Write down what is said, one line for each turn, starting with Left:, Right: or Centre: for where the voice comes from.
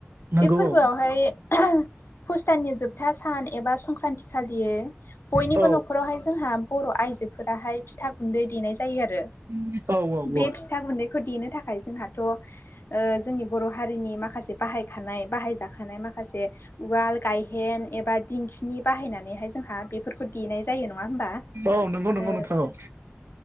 Right: नंगौ
Left: बे फोरबोआवहाय
Right: औ
Left: पुस्ताननि जोबथा सान एबा संक्रान्ति खालियो बयनिबो
Right: औ
Left: न'खरावहाय जोंहा बर' आइजोफोराहाय फिथा गुन्दै देनाय जायो आरो
Right: औ औ
Left: बे
Right: औ
Left: फिथा गुन्दैखो देनो थाखाय जोंहाथ' ओ जोंनि बर' हारिनि माखासे बाहायखानाय बाहायजाखानाय माखासे उवाल गायहेन एबा दिंखिनि बाहायनानैहाय जोंहा बेफोरखौ देनाय जायो नङा होमबा?
Right: औ नंगौ नंगौ
Left: ओ
Right: नोंथां औ